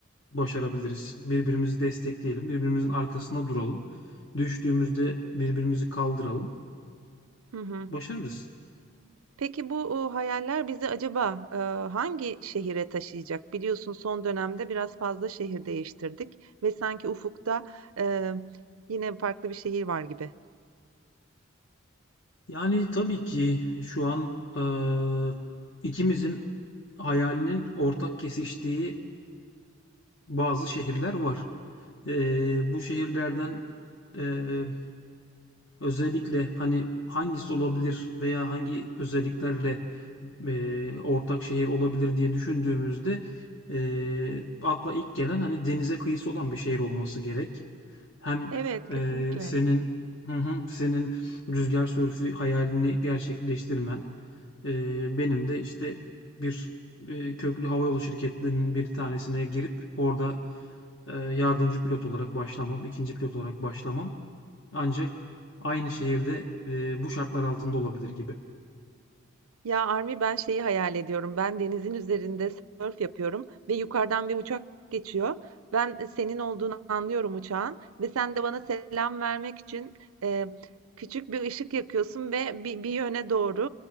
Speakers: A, on the left (about 60°); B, on the right (about 85°).
A: başarabiliriz. Birbirimizi destekleyelim, birbirimizin arkasında duralım. Düştüğümüzde birbirimizi kaldıralım.
B: Hı hı.
A: Başarırız.
B: Peki bu e, hayaller bizi acaba e, hangi şehire taşıyacak? Biliyorsun son dönemde biraz fazla şehir değiştirdik ve sanki ufukta e, yine farklı bir şehir var gibi.
A: Yani tabii ki şu an eee, ikimizin hayalinin ortak kesiştiği bazı şehirler var. Eee, bu şehirlerden Eee, özellikle, hani, hangisi olabilir veya hangi özelliklerle, eee, ortak şehir olabilir diye düşündüğümüzde, eee, akla ilk gelen, hani, denize kıyısı olan bir şehir olması gerek. Hem,
B: Evet,
A: eee,
B: kesinlikle.
A: senin Hı hı. Senin rüzgar sörfü hayalini gerçekleştirmen, eee, benim de, işte, bir, eee, köklü havayolu şirketlerinin bir tanesine girip orada, eee, yardımcı pilot olarak başlamam, ikinci pilot olarak başlamam ancak aynı şehirde, eee, bu şartlar altında olabilir gibi.
B: Ya Armi ben şeyi hayal ediyorum. Ben denizin üzerinde sörf yapıyorum ve yukarıdan bir uçak geçiyor. Ben e, senin olduğunu anlıyorum uçağın ve sen de bana selam vermek için e, küçük bir ışık yakıyorsun ve bir, bir yöne doğru